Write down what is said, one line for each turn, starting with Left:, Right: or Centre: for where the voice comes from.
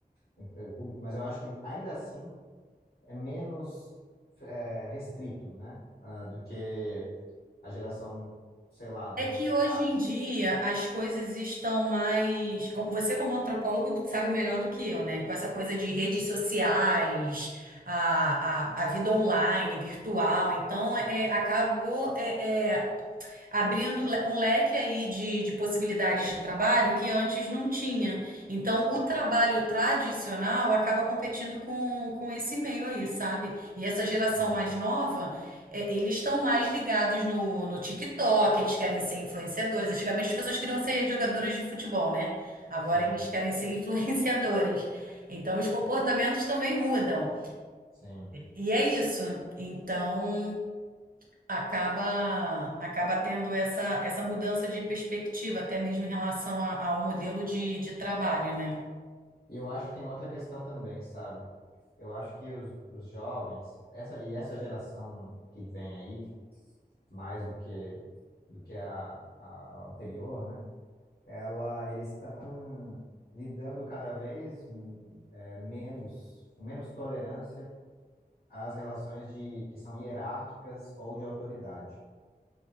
Left: o emprego público, mas eu acho que ainda assim é menos é, restrito, né? ah, do que a geração, sei lá, dos
Right: É
Left: nossos
Right: que hoje
Left: pais.
Right: em dia as coisas estão mais. co- Você, como antropólogo, sabe melhor do que eu, né? Com essa coisa de redes sociais, a, a, a vida online, virtual. Então, é, acabou. é, é, abrindo le- um leque aí de, de possibilidades de trabalho que antes não tinha. Então, o trabalho tradicional acaba competindo com, com esse meio aí, sabe? E essa geração
Left: Uhum.
Right: mais nova, é, eles estão mais ligados no, no TikTok, eles querem ser influenciadores. Antigamente as pessoas queriam ser jogadores de futebol, né? Agora
Left: Sim,
Right: eles querem ser <laughs> influenciadores. Então, os comportamentos também mudam.
Left: sim.
Right: E é isso. Então acaba acaba tendo essa, essa mudança de perspectiva, até mesmo em relação a- ao modelo de, de trabalho, né?
Left: E eu acho que tem outra questão também, sabe? Eu acho que os, os jovens, essa e essa geração que vem aí, mais do que do que a, a a anterior, né? Ela, eles estão lidando cada vez hum, é, menos, com menos tolerância às relações de, que são hierárquicas ou de autoridade.